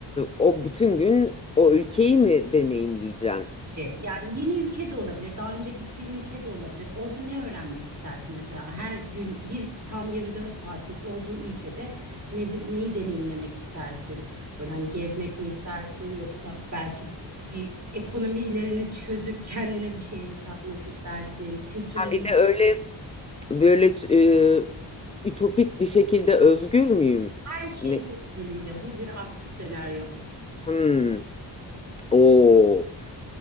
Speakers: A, on the left; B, on the right.
A: o bütün gün o ülkeyi mi deneyimleyeceğim?
B: Yani yeni ülke de olabilir, daha önce gittiğin ülke de olabilir. Orada ne öğrenmek istersin mesela? Her gün bir tam 24 saatin olduğu ülkede ne, de- neyi deneyimlemek istersin? Böyle hani gezmek mi istersin yoksa belki bir ekonomi ilerini çözüp kendine bir şey mi katmak istersin? Kültürlerin
A: Ha bir de öyle böyle e, ütopik bir şekilde özgür müyüm?
B: her şey
A: Ne?
B: senin elinde. Bu bir absürt senaryo.
A: Hmm. Oo.